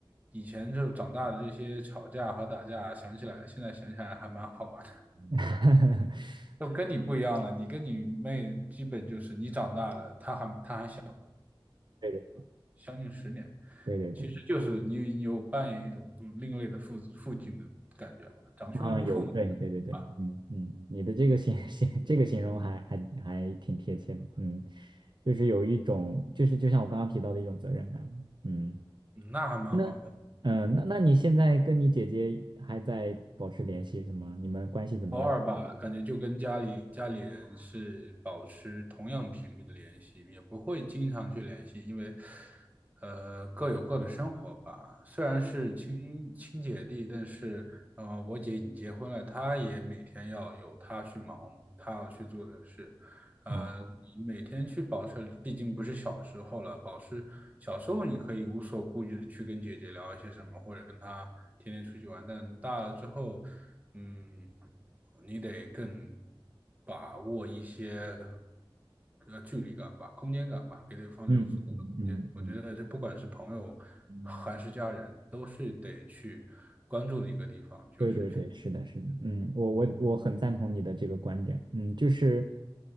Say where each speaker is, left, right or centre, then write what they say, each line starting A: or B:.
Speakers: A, on the right; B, on the right.
A: 以前就长大的这些吵架和打架，想起来现在想起来还蛮好玩的。<laughs>
B: <laughs>
A: 就跟你不一样了，你跟你妹基本就是你长大了，她还她还小，
B: 对对
A: 将近十年，
B: 对对对。
A: 其实就是你有扮演一种另类的父子父亲的感觉吧，长兄如父
B: 啊，有，对对对对，
A: 啊，
B: 嗯嗯，你的这个形 <laughs> 形这个形容还还还挺贴切的，嗯，就是有一种，就是就像我刚刚提到的一种责任感，嗯，
A: 嗯那还蛮好的。
B: 那嗯、呃那那你现在跟你姐姐还在保持联系是吗？你们关系怎么样？
A: 偶尔吧，感觉就跟家里家里人是保持同样频率的联系，也不会经常去联系，因为呃各有各的生活吧。虽然是亲亲姐弟，但是呃我姐已经结婚了，她也每天要有她去忙，她要去做的事，
B: 哦，
A: 呃，你每天去保持，毕竟不是小时候了，保持小时候你可以无所顾忌的去跟姐姐聊一些什么，或者跟她天天出去玩，但大了之后，嗯，你得更把握一些呃距离感吧，空间感吧，给对方留足够的空间。
B: 嗯嗯嗯嗯
A: 我觉得这不管是朋友还是家人，
B: 嗯，
A: 都是得去关注的一个地方，就是距离。
B: 对对对，是的，是的，嗯，我我我很赞同你的这个观点，嗯，就是